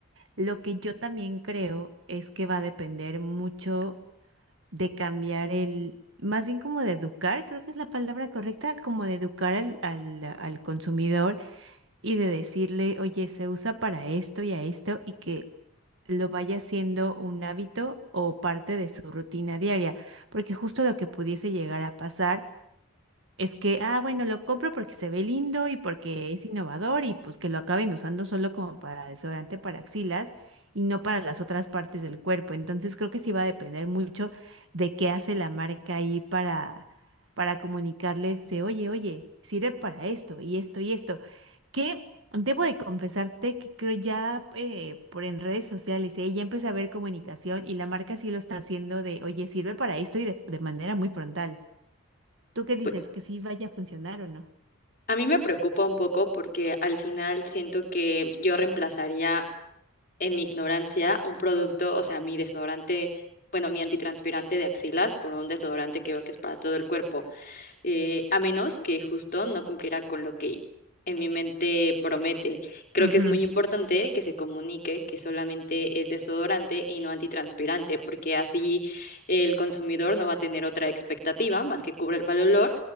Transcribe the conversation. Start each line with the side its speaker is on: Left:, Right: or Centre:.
Right: Lo que yo también creo es que va a depender mucho de cambiar el, más bien como de educar, creo que es la palabra correcta, como de educar al, al, al consumidor y de decirle, oye, se usa para esto y a esto y que lo vaya siendo un hábito o parte de su rutina diaria, porque justo lo que pudiese llegar a pasar es que, ah, bueno, lo compro porque se ve lindo y porque es innovador y pues que lo acaben usando solo como para desodorante para axilas y no para las otras partes del cuerpo. Entonces creo que sí va a depender mucho de qué hace la marca ahí para, para comunicarles de, oye, oye, sirve para esto y esto y esto. Que debo de confesarte que creo ya eh, por en redes sociales, eh, ya empecé a ver comunicación y la marca sí lo está haciendo de, oye, sirve para esto y de de manera muy frontal. ¿Tú qué dices?
Left: Pues
Right: ¿Que sí vaya a funcionar o no?
Left: a mí me preocupa un poco porque al final siento que yo reemplazaría en mi ignorancia un producto, o sea, mi desodorante, bueno, mi antitranspirante de axilas por un desodorante que veo que es para todo el cuerpo. eh, a menos que justo no cumpliera con lo que en mi mente promete. Creo
Right: Ujú.
Left: que es muy importante que se comunique que solamente es desodorante y no antitranspirante, porque así el consumidor no va a tener otra expectativa más que cubre el mal olor